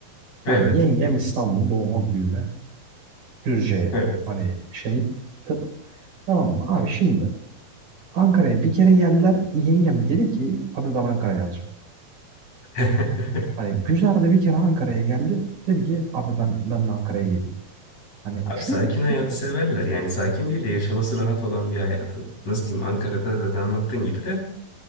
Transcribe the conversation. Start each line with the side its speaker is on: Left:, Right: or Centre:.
Left: Evet.
Right: Tamam yengem İstanbul doğma büyüme. Düzce
Left: Evet.
Right: hani şey tıp. Tamam mı? Abi şimdi Ankara'ya bir kere geldiler. Yengem dedi ki abi ben Ankara'ya yazacağım.
Left: <laughs>
Right: Hani Gülzar da bir kere Ankara'ya geldi. Dedi ki abi ben ben de Ankara'ya geliyorum. Hani
Left: Abi
Right: çünkü
Left: sakin hayatı
Right: bir kere
Left: severler. Yani sakin değil de yaşaması rahat olan bir hayatı. Nasıl diyeyim Ankara'da zaten anlattığın gibi de.